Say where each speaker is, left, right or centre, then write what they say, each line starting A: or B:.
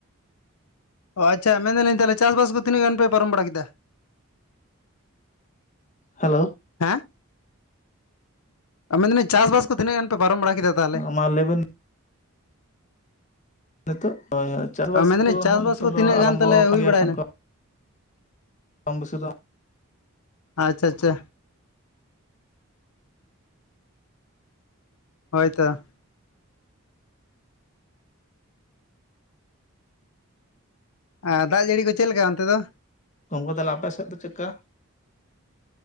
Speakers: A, on the left; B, on the left.
A: ᱚ ᱟᱪᱪᱷᱟ ᱢᱮᱱᱫᱟᱞᱤᱸᱧ ᱛᱟᱦᱞᱮ ᱪᱟᱥ ᱵᱟᱥ ᱠᱚᱫᱚ ᱛᱤᱱᱟᱹᱜ ᱜᱟᱱ ᱯᱮ ᱯᱟᱨᱚᱢ ᱵᱟᱲᱟ ᱠᱮᱫᱟ?
B: ᱦᱮᱞᱳ
A: ᱦᱮᱸᱻ ᱢᱮᱱᱫᱟᱞᱤᱸᱧ ᱪᱟᱥ ᱵᱟᱥ ᱠᱚ ᱛᱤᱱᱟᱹᱜ ᱜᱟᱱ ᱯᱮ ᱯᱟᱨᱚᱢ ᱵᱟᱲᱟ ᱠᱮᱫᱟ ᱛᱟᱦᱚᱞᱮ?
B: ᱢᱟ ᱞᱟᱹᱭ ᱵᱮᱱ ᱱᱤᱛᱚᱜ ᱪᱟᱥᱵᱟᱥ
A: ᱢᱮᱱᱫᱟᱞᱤᱧ
B: ᱠᱚ
A: ᱪᱟᱥᱵᱟᱥ
B: ᱦᱟᱜ ᱱᱚᱛᱮ
A: ᱠᱚ ᱛᱤᱱᱟᱹᱜ
B: ᱫᱚ ᱟᱨᱟᱢᱵᱚ
A: ᱜᱟᱱ ᱛᱟᱞᱮ
B: ᱟᱠᱟᱱ
A: ᱦᱩᱭ ᱵᱟᱲᱟᱭᱮᱱᱟ?
B: ᱜᱮᱭᱟ ᱠᱚ, ᱠᱚᱢ ᱵᱤᱥᱤ ᱫᱚ
A: ᱟᱪᱪᱷᱟ ᱟᱪᱪᱷᱟ ᱦᱳᱭ ᱛᱚ ᱟᱨ ᱫᱟᱜ ᱡᱟᱹᱲᱤ ᱠᱚ ᱪᱮᱫ ᱞᱮᱠᱟ ᱚᱱᱛᱮ ᱫᱚ?
B: ᱜᱚᱝᱠᱮ ᱛᱟᱞᱦᱮ ᱟᱯᱮ ᱥᱮᱫ ᱫᱚ ᱪᱮᱫᱠᱟ?